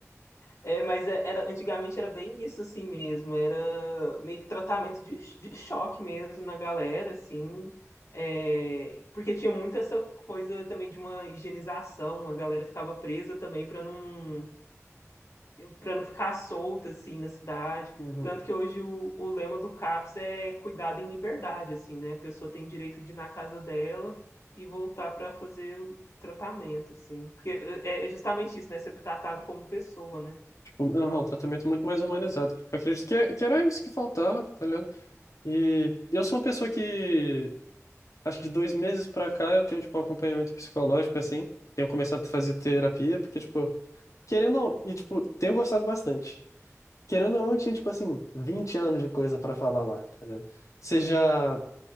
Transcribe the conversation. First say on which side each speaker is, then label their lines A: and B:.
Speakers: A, on the left; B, on the left.
A: É, mas é- era, antigamente era bem isso assim mesmo, era meio que tratamento de, de choque mesmo na galera, assim, é, porque tinha muito essa coisa também de uma higienização, a galera ficava presa também para não, para não ficar solta, assim, na cidade,
B: Uhum.
A: tanto que hoje o, o lema do CAPS é cuidado em liberdade, assim, né, a pessoa tem direito de ir na casa dela e voltar para fazer o tratamento, assim, porque é é justamente isso, né, ser tratado como pessoa, né?
B: Tipo, não, não, um tratamento muito mais humanizado. Eu acredito que, é, que era isso que faltava, tá ligado? E eu sou uma pessoa que, acho que de dois meses pra cá, eu tenho, tipo, um acompanhamento psicológico, assim. Tenho começado a fazer terapia, porque, tipo, querendo ou e, tipo, tenho gostado bastante. Querendo ou não, eu tinha, tipo, assim, 20 anos de coisa pra falar lá, tá ligado? Seja.